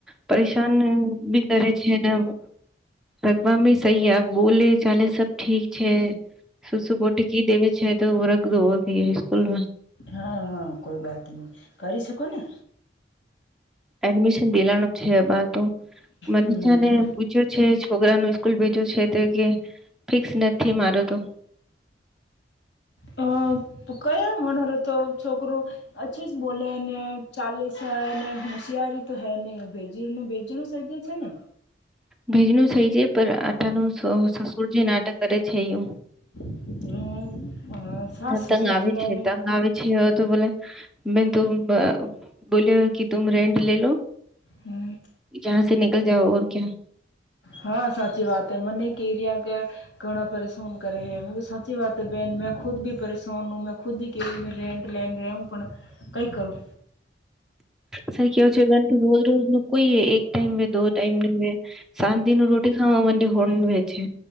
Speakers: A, in the centre; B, on the left.
A: પરેશાન બી કરે છે ને. રગવા સહી આપ બોલે ચાલે સબ ઠીક છે. સુસુપોટી ક દેવી છે તો રગોતી સ્સ્કૂલમાં.
B: હા હા! કોઈ વાત નહી, કરી શકો ને.
A: એડમિશન દેલાનું છે અબાર તો. મનીષાને
B: હમ
A: પૂછ્યું છે. છોકરા ન સ્કૂલ ભેજો છે તો કે ફિક્સ નથી મારો. <inaudible>
B: <inaudible> કયા વણર તો છોકરું હછું જ બોલે ને ચાલીસ. શયારી તો હે નહ ભેજ ન ભેજણું સ્ય છે ને?
A: ભેજનું થઈ જ પણ આટાનું સસુર જે નાટક કરે છે એવું.
B: <unintelligible> સાસ
A: હા તંગ
B: સસુરજી
A: આવી
B: યાર
A: છે તંગ આવી છે એ તો બોલે. મેં તુમ બ બોલ્યો કે તુમ રેન્ટ લે લો.
B: હમ્મ.
A: જહાં સે નિકલ જાઓ ઔર ક્યાં.
B: હા સાચી વાત હૈ. મને કેરિયા કે ઘણા પરેશાન કરે હૈ. મે કીધું સાચી વાત હે બેન. મેં ખુદથી પરેશાન ભી હું, મેં ખુદ હી કેવી મે રેન્ટ લેન રેહુ, પણ કઈ કરું?
A: સા કેવ છે. રોજ રોજ ન કોઈ હ એક ટાઈમ દ ટાઈમ. શાંતિ ન રોટી ખાવા માટેે હોળ વ છે.